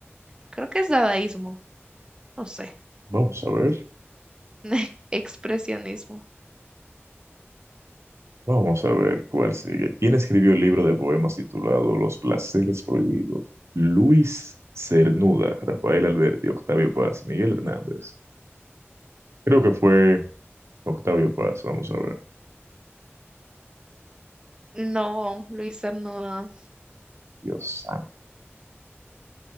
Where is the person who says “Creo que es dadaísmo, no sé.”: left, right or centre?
Right